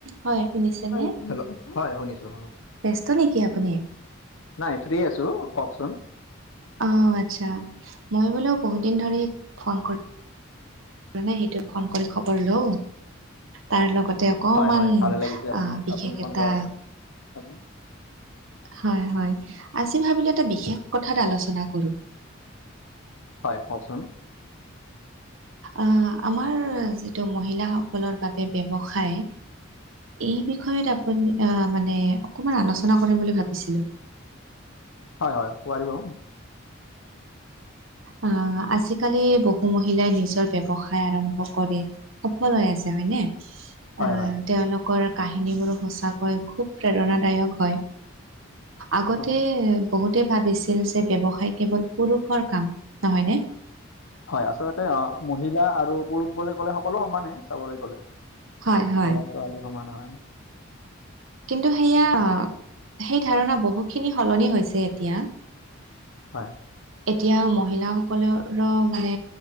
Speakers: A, on the right (about 75°); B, on the left (about 75°).
A: হয় শুনিছেনে
B: hello hello হয় শুনিছো।
A: ব্যস্ত নেকি আপুনি।
B: নাই ফ্ৰী আছো কওকচোন।
A: অ আচ্ছা মই বোলো বহুত দিন ধৰি ফোন কৰি। নে সেইটো ফোন কৰি খবৰ লও। তাৰ লগতে অকমান
B: হয় হয় ভালে লাগিছে আপুনি
A: অ বিশেষ
B: আপুনি ফোন
A: এটা।
B: কৰাৰ <inaudible>
A: হয় হয় আজি ভাবিলো এটা বিশেষ কথাত আলোচনা কৰোঁ।
B: হয় কওকচোন।
A: অ আমাৰ যিটো মহিলাসকলৰ বাবে ব্যৱসায় এই বিষয়ত আপুনি অ মানে অকমান আলোচনা কৰিম বুলি ভাবিছিলো।
B: হয় হয় পাৰিব।
A: আহ আজিকালি বহু মহিলাই নিজৰ ব্যৱসায় আৰম্ভ কৰে। সফল হৈ আছে হয়নে
B: হয়
A: আহ
B: হয়
A: তেওঁলোকৰ কাহিনীবোৰো সঁচাকৈ। খুব প্ৰেৰণাদায়ক হয়, আগতে
B: হয়
A: বহুতে ভাবিছিল যে ব্যৱসায়। হয় কেৱল পুৰুষৰ কাম নহয় নে।
B: হয় আচলতে অ মহিলা আৰু পুৰুষ বুলি ক'লে সকলো সমানে চাবলৈ গলে
A: হয় হয়।
B: ল'ৰা ছোৱালী সমান হয়।
A: কিন্তু সেইয়া সেই ধাৰণা বহুখিনি সলনি হৈছে এতিয়া।
B: হয়।
A: এতিয়া মহিলাসকলৰ মানে